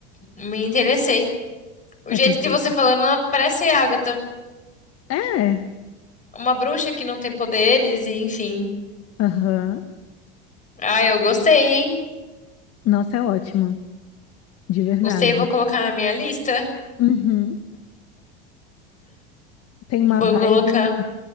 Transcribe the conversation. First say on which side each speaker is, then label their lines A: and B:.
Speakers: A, on the left (about 20°); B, on the left (about 45°).
A: Me interessei. O
B: É
A: jeito
B: perfeita.
A: que você falando, ela parece Agatha.
B: É.
A: Uma bruxa que não tem poderes e enfim.
B: Aham.
A: Ah, eu gostei, hein?
B: Nossa, é ótima, de verdade.
A: Gostei, vou colocar na minha lista.
B: Uhum. Tem
A: Vou
B: uma vibe,
A: colocar.